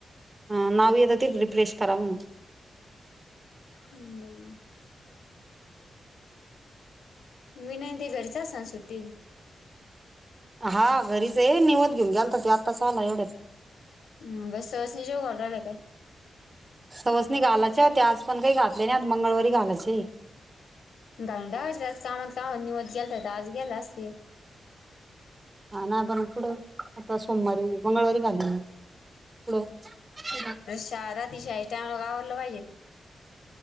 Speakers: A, on the right; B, on the left.
A: हा... नाव येत ते रिफ्रेश करा म्हणून
B: हम्म विनय ते घरीच असनार सुट्टी?
A: हा घरीच है निवद घेऊन गेलता त्यो आत्ताच आला एवढ्यात
B: ह्.. ब सवासणी जेवायला आले काय?
A: सवासणी घालायच्या होत्या आज पण काही घातले नाही मंगळवारी घालायचय.
B: गांडावर आज कामात कामात निवद केलता तर आज गेल्या असतील.
A: हा.. ना.. पण पुढं.. आता सोमवारी, मंगळवारी घालीन मी पुढ
B: शाळा राहती शाळेच्या टायमला मग आवरलं पाहिजे.